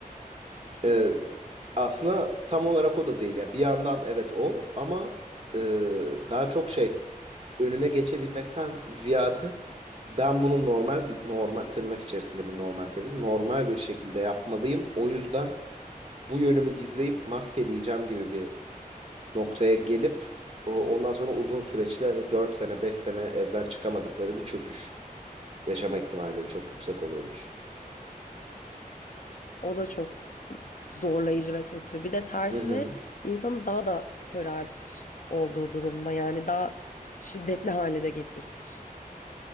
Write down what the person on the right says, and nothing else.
Ee, aslında tam olarak o da değil ya. Bir yandan evet o ama e, daha çok şey önüne geçebilmekten ziyade ben bunu normal bir normal tırnak içerisinde bir normal tabii normal bir şekilde yapmalıyım. O yüzden bu yönümü gizleyip maskeleyeceğim gibi bir noktaya gelip o- ondan sonra uzun süreçli hani 4 sene 5 sene evden çıkamadıkları bir çöküş yaşama ihtimalleri çok yüksek oluyormuş.
Hı hı.